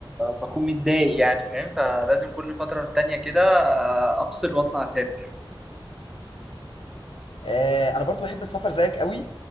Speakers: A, in the centre; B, on the left (about 80°).
A: بكون متضايق يعني فاهم فلازم كل فترة تانية كده آه، افصل واطلع اسافر
B: آه، انا برضو بحب السفر زيك قوي